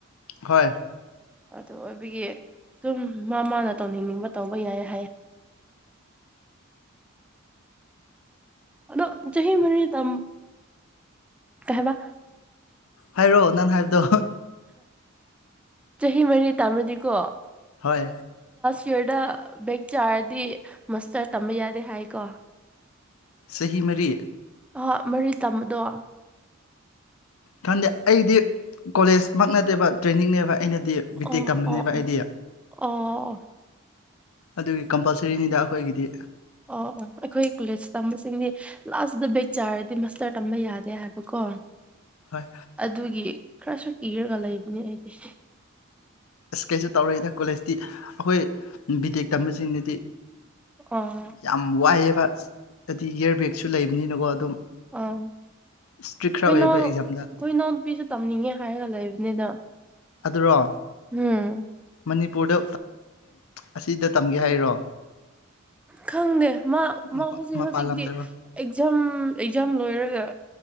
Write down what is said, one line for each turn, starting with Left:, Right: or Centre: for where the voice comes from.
Left: ꯍꯣꯏ
Centre: ꯑꯗꯨ ꯑꯣꯏꯕꯒꯤ ꯑꯗꯨꯝ ꯃꯥ ꯃꯥꯅ ꯇꯧꯅꯤꯡꯅꯤꯡꯕ ꯇꯧꯕ ꯌꯥꯏ ꯍꯥꯏ ꯑꯗꯣ ꯆꯍꯤ ꯃꯅꯤ ꯇꯝ ꯀꯥꯏꯕ
Left: ꯍꯥꯏꯔꯛꯑꯣ ꯅꯪꯥꯟ ꯍꯥꯏꯕꯗꯣ
Centre: ꯆꯍꯤ ꯃꯔꯤ ꯇꯥꯃꯗꯤꯀꯣ
Left: ꯍꯣꯏ
Centre: ꯀꯌꯔꯗ ꯕꯦꯛ ꯆꯥꯔꯗꯤ ꯃꯁꯇꯔꯠ ꯇꯝꯕ ꯌꯥꯗꯦ ꯍꯥꯏ ꯀꯣ
Left: ꯁꯍꯤ ꯃꯔꯤ
Centre: ꯑ ꯃꯔꯤ ꯇꯝꯕꯗꯣ
Left: ꯈꯟꯗꯦ ꯑꯩꯗꯤ ꯀꯣꯂꯦꯖꯃꯛ ꯅꯠꯇꯦꯕ ꯇ꯭ꯔꯦꯅꯤꯡꯅꯦꯕ ꯑꯩꯅꯗꯤ ꯕꯤꯇꯦꯛ
Centre: ꯑꯣ
Left: ꯇꯝꯕꯅꯦꯕ
Centre: ꯑꯣ
Left: ꯑꯩꯗꯤ
Centre: ꯑꯣ
Left: ꯑꯗꯨꯒꯤ ꯀꯝꯄꯜꯁꯔꯤꯅꯤꯗ ꯑꯩꯈꯣꯏꯒꯤꯗꯤ
Centre: ꯑꯣ ꯑꯣ ꯑꯩꯈꯣꯏ ꯀꯣꯂꯦꯖ ꯇꯝꯕꯁꯤꯡꯗꯤ ꯂꯥꯁꯇ ꯕꯦꯛ ꯆꯥꯔꯗꯤ ꯃꯥꯁꯇꯔ ꯇꯝꯕ ꯌꯥꯗꯦ ꯍꯥꯏꯕꯀꯣ
Left: ꯍꯣꯏ
Centre: ꯑꯗꯨꯒꯤ ꯈꯔꯁꯨ ꯀꯤꯔꯒ ꯂꯩꯕꯅꯦ ꯑꯩꯒꯤ
Left: ꯏꯁ ꯀꯩꯁꯨ ꯇꯧꯔꯛꯏꯗ ꯀꯣꯂꯦꯖꯇꯤ ꯑꯩꯈꯣꯏ ꯕꯤ ꯇꯦꯛ ꯇꯝꯕꯁꯤꯡꯅꯗꯤ
Centre: ꯑꯥ
Left: ꯌꯥꯝ ꯋꯥꯏꯑꯦꯕ ꯍꯥꯏꯗꯤ ꯏꯌꯥꯔ ꯕꯦꯒꯁꯨ ꯂꯩꯕꯅꯤꯅꯀꯣ ꯑꯗꯨꯝ
Centre: ꯑ ꯑꯩꯈꯣꯏꯅꯥꯎ
Left: ꯏꯁꯇ꯭ꯔꯤꯛ ꯈꯔ ꯑꯣꯏꯌꯦꯕ
Centre: ꯑꯩꯈꯣꯏ
Left: ꯑꯦꯛꯖꯥꯝꯗ
Centre: ꯏꯅꯥꯎ ꯅꯨꯄꯤꯁꯨ ꯇꯝꯅꯤꯡꯉꯦ ꯍꯥꯏꯔꯒ ꯂꯩꯕꯅꯤꯅ
Left: ꯑꯗꯨꯔꯣ
Centre: ꯎꯝ
Left: ꯃꯅꯤꯄꯨꯔꯗ ꯑꯁꯤꯗ ꯇꯝꯒꯦ ꯍꯥꯏꯔꯣ
Centre: ꯈꯪꯗꯦ ꯃꯥ
Left: ꯃꯄꯥ
Centre: ꯃꯥ ꯍꯧꯖꯤꯛ
Left: ꯃꯄꯥꯟ
Centre: ꯍꯧꯖꯤꯛꯇꯤ
Left: ꯂꯝꯗꯔꯣ
Centre: ꯑꯦꯛꯖꯥꯝ ꯑꯦꯛꯖꯥꯝ ꯂꯣꯏꯔꯒ